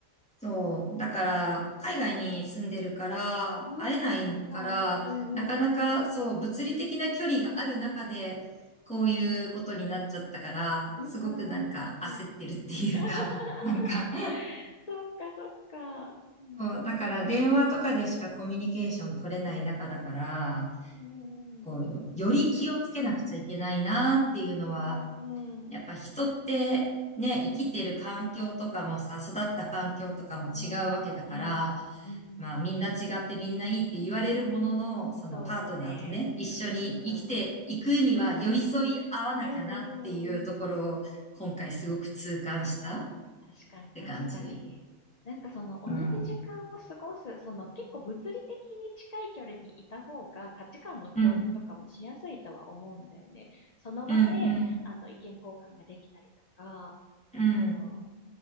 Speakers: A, in the centre; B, on the left (about 55°).
A: そう。だから、海外に住んでるから、
B: うん、
A: 会えないから、
B: そっか。うんうんうん。
A: なかなか、そう、物理的な距離がある中で、こういうことになっちゃったから、
B: うんうんうんうんうん。
A: すごくなんか焦ってるっていうか、
B: <laughs>
A: <laughs> なんか、
B: そっか、そっか。うん、
A: そう、だから電話とかでしかコミュニケーション取れない中だから、
B: うん、
A: こう、
B: うん、
A: より気をつけなくちゃいけないなっていうのは、
B: うん、
A: やっぱ人ってね、
B: う
A: 生きてる環境とかもさ、育った環境とかも違うわけだから、
B: ん、うん、うん、
A: まあみんな違ってみんないいって言われるものの、
B: うん、
A: そのパートナーとね、
B: そうだね。
A: 一緒に生きていくには寄り添い合わなきゃなっていうところを今回すごく痛感したっ
B: うん、うん、うん。うん、うん、うん。確かに、
A: て感じ。
B: 確かに。なんかその同じ時間を過ごす、
A: うん。
B: その結構物理的に近い距離にいた方が価値観の共有とかもしやすいとは思うんだよね。
A: うん、
B: その場で、
A: うん、うん、
B: あの、意見交換ができたりとか、
A: うん、
B: あの、